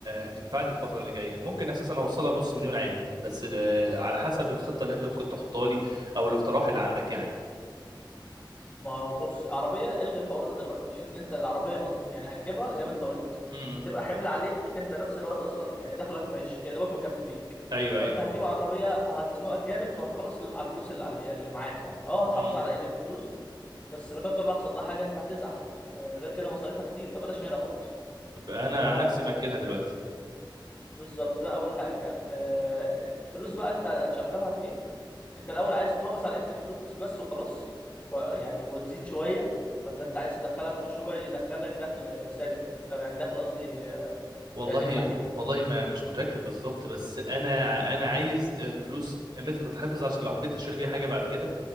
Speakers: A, on the right; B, on the left.
A: تنفعني الفتره اللي جايه ممكن اساسا اوصلها نص مليون عادي بس ال- على حسب الخطه اللي انت ممكن تحطها لي او الاقتراح اللي عندك يعني
B: ما هو بص عربيه الغي الحوار ده دلوقتي ان انت العربيه ما يعني هتجيبها زي ما انت قلت
A: امم
B: هتبقى حمل عليك انت نفس الوقت اصلا يعني دخلك مش يا دوبك مكفيك
A: ايوه
B: فانت
A: ايوه
B: هتجيب عربيه هتزنقك جامد وهتخلص على الفلوس اللي علي- اللي معاك يعني اه هتحافظ
A: امم
B: على قيمه الفلوس بس لا قدر الله حصل لها حاجه انت هتزعل آه، غير كده مصاريفها كتير فبلاش منها خالص
A: انا
B: ده
A: عن نفسي ماجلها دلوقتي
B: بالظبط ده اول حاجه آه، الفلوس بقى انت هتشغلها في ايه انت الاول عايز تحافظ على قيمه الفلوس بس وخلاص ويعني وتزيد شويه ولا انت عايز تدخلها في مشروع يدخلك دخل ثابت او يعني دخل قصدي آه،
A: والله
B: تعتمد عليه
A: والله ما مش متاكد بالظبط بس انا انا عايز الفلوس متى تتحفظ عشان لو حبيت اشتري بيها حاجه بعد كده